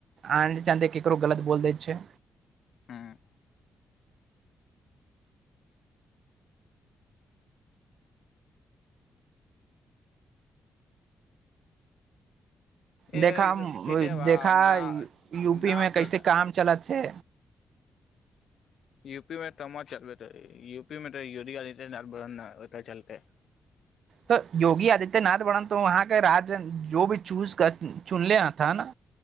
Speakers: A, on the right; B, on the left.
A: आ चदे केकरो गलत बोल दै छै
B: हूँ ए
A: देखा
B: ई सब ठीके बा
A: देखा
B: ना
A: यू
B: ना
A: पी मे
B: प्र
A: कैसे काम चलछे
B: यूपी में तमा चलबटै यू पी मे त योगी आदित्य रबर ने ओत चलतै
A: तऽ योगी आदित्यनाथ वर्न त वहाँके राज जो भी चूज चुन लेहथ न